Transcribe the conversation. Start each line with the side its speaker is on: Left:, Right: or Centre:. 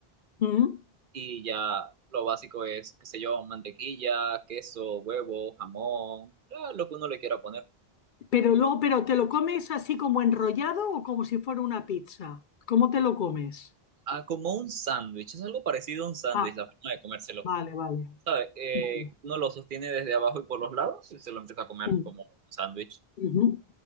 Left: ujú.
Right: Y ya lo básico es, qué sé yo, mantequilla, queso, huevo, jamón, ah, lo que uno le quiera poner.
Left: Pero luego, pero ¿te lo comes así como enrollado o como si fuera una pizza? ¿Cómo te lo comes?
Right: Ah, como un sándwich, es algo parecido a un sándwich,
Left: Ah,
Right: la forma de comérselo.
Left: vale, vale.
Right: ¿Sabe? Eh,
Left: Vale.
Right: uno lo sostiene desde abajo y por los lados y se lo empieza a comer
Left: Mm,
Right: como un sándwich.
Left: ujú,